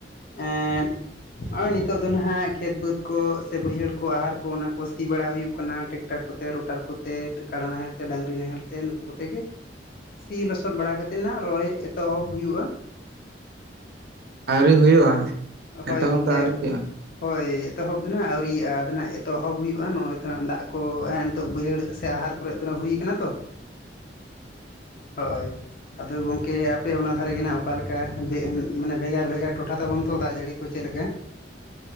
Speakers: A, on the left (about 55°); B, on the right (about 60°).
A: ᱮᱫ ᱱᱚᱜ-ᱚᱭ ᱱᱤᱛᱚᱜ ᱫᱚ ᱱᱟᱦᱟᱸᱜ ᱠᱷᱮᱛ ᱵᱟᱹᱫᱽ ᱠᱚ ᱥᱮ ᱵᱟᱹᱭᱦᱟᱹᱲ ᱠᱚ ᱟᱦᱟᱨ ᱠᱚ ᱚᱱᱟ ᱠᱚ ᱥᱤ ᱵᱟᱲᱟ ᱦᱩᱭᱩᱜ ᱠᱟᱱᱟ ᱴᱮᱠᱴᱟᱨ ᱠᱚᱛᱮ ᱨᱚᱴᱟᱨ ᱠᱚᱛᱮ ᱠᱟᱰᱟ ᱱᱟᱦᱮᱞ ᱛᱮ ᱰᱟᱹᱝᱨᱤ ᱱᱟᱦᱮᱞ ᱛᱮ ᱱᱩᱠᱩ ᱠᱚᱛᱮ ᱜᱮ᱾ ᱥᱤ ᱞᱚᱥᱚᱫ ᱵᱟᱲᱟ ᱠᱟᱛᱮ ᱱᱟᱜ ᱨᱚᱦᱚᱭ ᱮᱛᱚᱦᱚᱵ ᱦᱩᱭᱩᱜ-ᱟ᱾
B: ᱟᱹᱣᱨᱤ ᱦᱩᱭᱩᱜ-ᱟ
A: ᱦᱳᱭ
B: ᱮᱛᱚᱦᱚᱵ
A: ᱜᱚᱢᱠᱮ
B: ᱫᱚ ᱟᱹᱣᱨᱤ ᱦᱩᱭᱩᱜ-ᱟ᱾
A: ᱦᱳᱭ ᱮᱛᱚᱦᱚᱵ ᱫᱚ ᱱᱟᱜ ᱟᱹᱣᱨᱤᱭᱟᱜ-ᱟ᱾ ᱱᱟᱜ ᱮᱛᱚᱦᱚᱵ ᱦᱩᱭᱩᱜ-ᱟ ᱱᱚᱜ-ᱚᱭ ᱛᱚ ᱦᱟᱸᱜ ᱫᱟᱜ ᱠᱚ ᱱᱤᱛᱚᱜ ᱵᱟᱹᱭᱦᱟᱹᱲ ᱥᱮ ᱟᱦᱟᱨ ᱠᱚᱨᱮ ᱫᱚ ᱱᱟᱜ ᱦᱩᱭ ᱟᱠᱟᱱᱟ ᱛᱚ᱾ ᱦᱳᱭ ᱟᱫᱚ ᱜᱚᱝᱠᱮ ᱟᱯᱮ ᱚᱱᱟ ᱫᱷᱟᱨᱮᱜ ᱜᱮ ᱱᱟᱜ ᱚᱠᱟᱞᱮᱠᱟ ᱢᱟᱱᱮ ᱵᱷᱮᱜᱟᱨ ᱵᱷᱮᱜᱟᱨ ᱴᱚᱴᱷᱟ ᱛᱟᱵᱚᱱ ᱛᱚ ᱫᱟᱜ ᱡᱟᱹᱲᱤ ᱠᱚ ᱪᱮᱫ ᱞᱮᱠᱟ?